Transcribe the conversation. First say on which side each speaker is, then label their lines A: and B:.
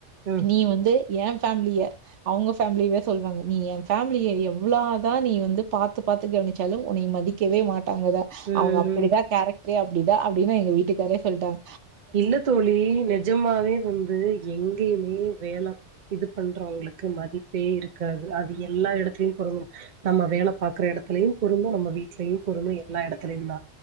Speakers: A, on the right; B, on the right.
A: ம்
B: நீ வந்து எ பேம்லிய அவுங்க பேம்லிய்வே சொல்வாங்க நீ ஏ பேம்லிய எவ்ளா தா நீ வந்து பாத்து பாத்து கவனிச்சாலு ஒன்னய மதிக்கவே மாட் டாங்கத
A: ம்
B: அவுங்க அப்புதா கேரக்ட்ரே அப்டிதா அப்டினு எங்க வீட்டுக்காரே சொல்ட்டாங்
A: இல்ல தோழி நெஜமாவே வந்து எங்கேமே வேல இது பண்றவ்ங்ளுக்கு மதிப்பே இருக்காது அது எல்லா எடத்துலயு பொருந்தும் நம்ம வேல பாக்குரே விளத்துலயு பொருந்து நம்ம வீட்லயு பொருந்து எல்லா எடத்துலயு தா